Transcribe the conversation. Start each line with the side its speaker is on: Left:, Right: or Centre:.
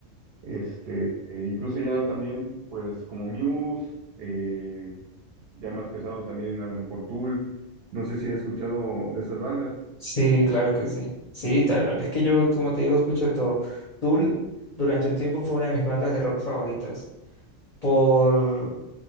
Right: este, e incluso ya también, pues como Muse, eh, ya más pesado también a lo mejor Tool. No sé si has escuchado de esas bandas.
Left: Sí, claro que sí. Sí, tal vez que yo, como te digo, escucho de todo. Tool durante un tiempo fue una de mis bandas de rock favoritas por